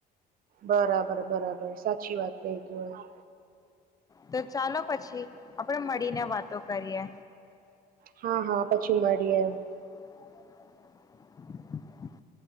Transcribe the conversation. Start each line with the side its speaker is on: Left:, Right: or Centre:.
Right: બરાબર બરાબર સાચી વાત લઈ તું હ
Left: તો ચાલો પછી આપડે મળીને વાતો કરીએ.
Right: હા હા પછી મળીએમ
Left: હ <inaudible>